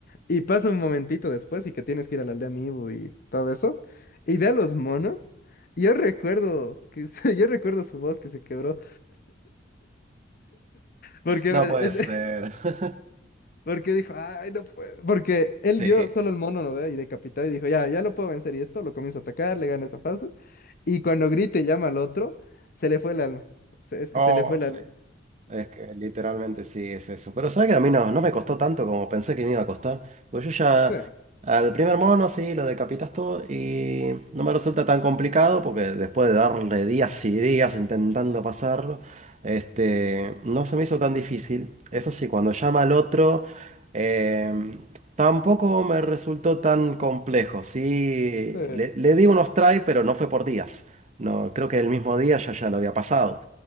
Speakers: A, on the left; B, on the right.
A: Y pasa un momentito después y que tienes que ir a la aldea Amiibo y todo eso. Y ve a los monos. y Yo recuerdo que <laughs> se- yo recuerdo su voz que se quebró. Porque
B: No puede
A: es,
B: ser.
A: <laughs>
B: <laughs>
A: porque dijo, ay, no puedo. Porque él
B: Sí.
A: vio solo el mono, ¿no ve? Y decapitado y dijo, ya, ya lo puedo vencer. Y esto lo comienza a atacar, le gana esa fase. Y cuando grita y llama al otro, se le fue el alma. Se- es
B: Oh,
A: que se le fue el
B: sí.
A: alma.
B: Es que literalmente sí es eso. Pero sabes que a mí no, no me costó tanto como pensé que me iba a costar. Pues yo ya
A: Sí,
B: al primer mono sí lo decapitas todo y no me resulta tan complicado porque después de darle días y días intentando pasarlo, este, no se me hizo tan difícil. Eso sí, cuando llama al otro, eh, tampoco me resultó tan complejo. Sí,
A: sí.
B: le, le di unos try, pero no fue por días. No, creo que el mismo día ya ya lo había pasado.